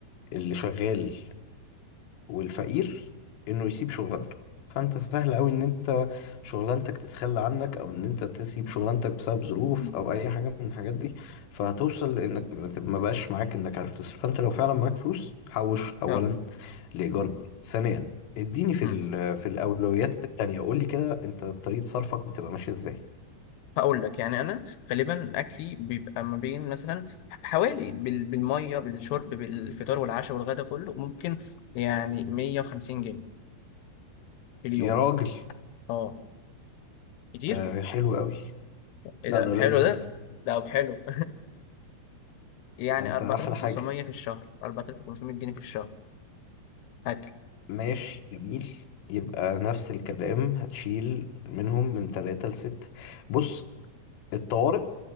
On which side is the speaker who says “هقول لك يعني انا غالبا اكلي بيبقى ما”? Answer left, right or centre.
Left